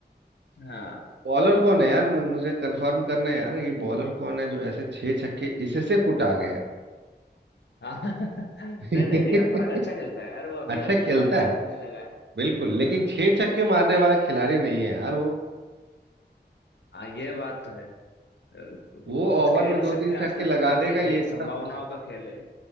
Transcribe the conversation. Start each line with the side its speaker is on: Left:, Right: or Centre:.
Left: हाँ
Right: बॉलर कौन है यार मु- मुझे कंफर्म करना है यार ये बॉलर कौन है जो ऐसे छह छक्के इसे से कुटा गया
Left: हाँ। <laughs> नहीं
Right: <laughs>
Left: नहीं रियान पराग अच्छा खेलता है यार वो अभी
Right: अच्छा
Left: अभी
Right: खेलता
Left: थोड़ा अच्छा
Right: है
Left: खेलने लगा है
Right: बिल्कुल लेकिन
Left: हाँ
Right: छह छक्के मारने वाला खिलाड़ी नहीं है यार वो
Left: हाँ ये बात तो है अ, वो
Right: वो ओवर
Left: कुछ कह
Right: में
Left: नहीं
Right: दो
Left: सकते
Right: तीन
Left: आजकल
Right: छक्के लगा
Left: तो क्रिकेट
Right: देगा ये
Left: है
Right: इतना
Left: संभावनाओं
Right: हो सकता
Left: का खेल है